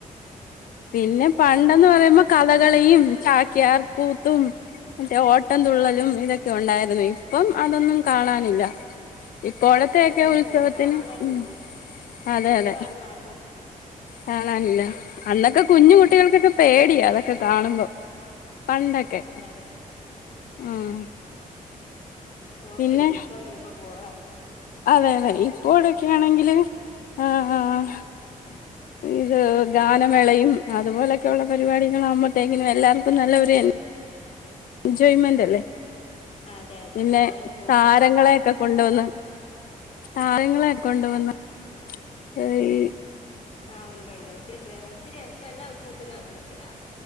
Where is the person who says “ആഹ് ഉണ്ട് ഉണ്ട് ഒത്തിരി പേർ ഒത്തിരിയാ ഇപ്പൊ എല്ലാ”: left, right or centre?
Left